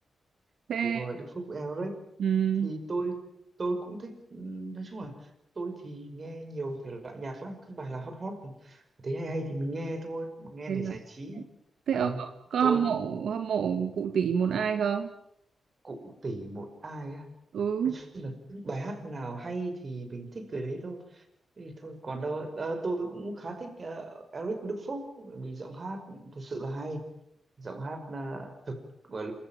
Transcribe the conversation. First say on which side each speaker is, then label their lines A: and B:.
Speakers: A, on the right; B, on the right.
A: thế
B: Đúng rồi, Đức Phúc, Eric.
A: ừm,
B: thì tôi tôi cũng thích ừm, nói chung là tôi thì nghe nhiều thể loại nhạc lắm cứ bài là hot hot thấy hay hay thì mình nghe thôi nghe
A: thế,
B: để giải
A: là-
B: trí
A: thế
B: ờ,
A: ông có, có
B: tôi
A: hâm
B: cũng
A: mộ hâm mộ cụ tỷ một ai không
B: cụ tỉ một ai á
A: ừ
B: nói chung là cứ bài hát nào hay thì mình thích người đấy thôi Thế thì thôi còn đâu ờ, tôi cũng khá thích ờ, Eric Đức Phúc bởi vì giọng hát thật sự là hay giọng hát là thực gọi